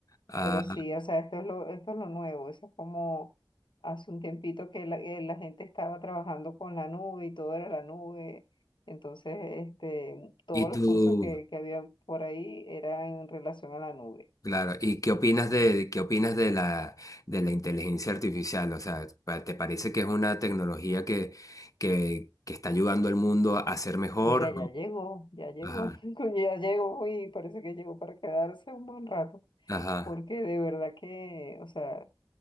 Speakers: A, on the left; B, on the left.
A: Ah,
B: Pero sí, o sea, esto es lo, esto es lo nuevo, eso es como hace un tiempito que la, que la gente estaba trabajando con la nube y todo era la nube. Entonces, este, todos
A: y tú,
B: los cursos que, que había por ahí eran en relación a la nube.
A: claro, ¿y qué opinas de, qué opinas de la, de la inteligencia artificial? O sea, pa- ¿te parece que es una tecnología que, que, que está ayudando al mundo a ser mejor?
B: Mira, ya llegó, ya llegó,
A: Ajá.
B: <laughs> coño, ya llegó y parece que llegó para quedarse un buen rato,
A: Ajá.
B: porque de verdad que, o sea,